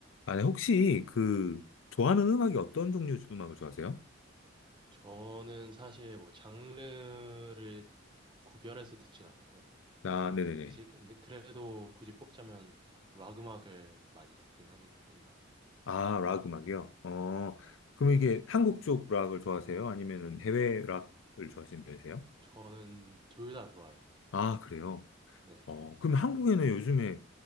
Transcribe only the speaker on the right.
저는 사실 뭐 장르를 구별해서 듣진 않고요.
사실 근데 그래도 굳이 뽑자면 락 음악을 많이 듣긴 하는 편인 것 같아요.
지금
네,
저는 둘 다 좋아해요.
네,